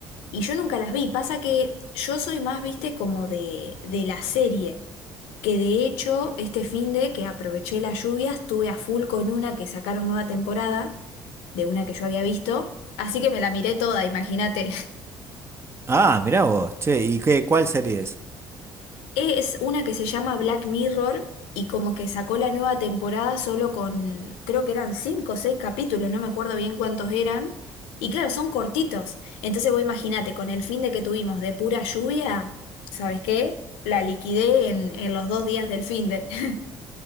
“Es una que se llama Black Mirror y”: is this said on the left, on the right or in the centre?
Left